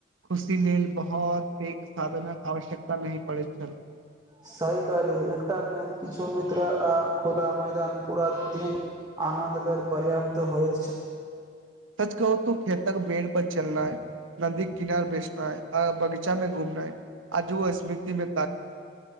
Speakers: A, on the right; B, on the right.
A: खुशी लेल बहुत पैघ साधनक आवश्यकता नहि पड़ैत छल
B: सही कहली एकटा किछु मित्र आ खुला मैदान पुरा दिन आनन्द लेल पर्याप्त होइ
A: सच कहू तू खेतक मेड़ पर चलनाइ नदी किनार बैसनाइ आ बगीचा मे घूमनाइ आजो स्मृति में